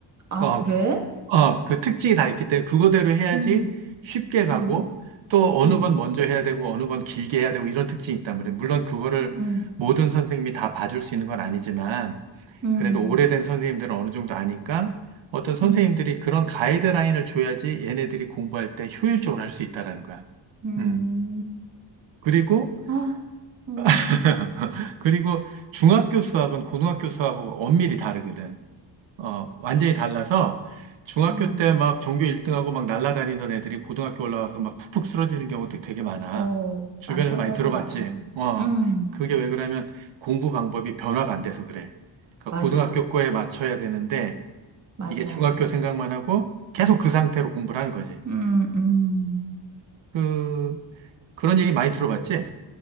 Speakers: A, on the right; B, on the right.
A: 아,
B: 어,
A: 그래?
B: 어, 그 특징이 다 있기 때문에 그거대로 해야지
A: 음,
B: 쉽게 가고
A: 음,
B: 또 어느
A: 음,
B: 건 먼저 해야 되고 어느 건 길게 해야 되고 이런 특징이 있단 말이야. 물론 그거를
A: 음,
B: 모든 선생님이 다 봐줄 수 있는 건 아니지만
A: 음,
B: 그래도 오래된 선생님들은 어느 정도 아니까 어떤 선생님들이
A: 음,
B: 그런 가이드라인을 줘야지 얘네들이 공부할 때 효율적으로 할 수 있다라는 거야.
A: 음.
B: 음. 그리고
A: 아, 음,
B: <laughs> 그리고 중학교 수학은 고등학교 수학하고 엄밀히 다르거든. 어, 완전히 달라서 중학교
A: 음.
B: 때 막 전교 1등하고 막 날아다니던 애들이 고등학교 올라와서 막 푹푹 쓰러지는 경우도 되게 많아.
A: 어,
B: 주변에서
A: 많다고
B: 많이
A: 하더라.
B: 들어봤지. 어,
A: 음,
B: 그게 왜 그러냐면 공부 방법이 변화가 안 돼서 그래. 그러니까
A: 맞아,
B: 고등학교 거에 맞춰야 되는데
A: 맞아.
B: 이게 중학교 생각만 하고 계속 그 상태로 공부를 하는 거지.
A: 음, 음.
B: 그, 그런 얘기 많이 들어봤지?